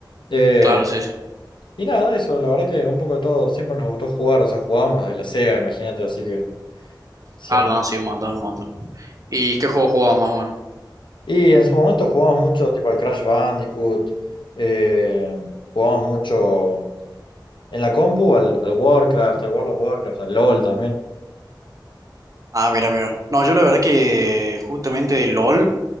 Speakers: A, on the left; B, on the right.
A: Eh,
B: Claro, sí, sí.
A: y nada, eso, la verdad que un poco de todo, siempre nos gustó jugar, o sea, jugábamos de la Sega, imagínate, así que... Siempre.
B: Claro, no, sí, un montón, un montón. ¿Y qué juego jugaba más o menos?
A: Y en su momento jugamos mucho, tipo al Crash Bandicoot, eh, jugamos mucho en la compu, al, al Warcraft, al World of Warcraft, al LOL también.
B: Ah, mira, mira. No, yo la verdad que justamente de LOL